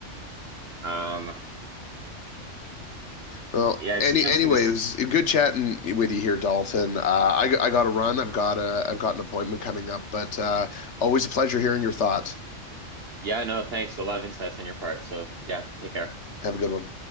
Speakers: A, on the right; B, on the left.
A: um,
B: Well,
A: yeah, it's
B: any
A: interesting.
B: anyway,
A: This,
B: it was good chatting with you here, Dalton. Uh, I I got to run. I've got a I've got an appointment coming up, but uh, always a pleasure hearing your thoughts.
A: yeah, no, thanks. A lot of insights on your part. So, yeah, take care.
B: Have a good one.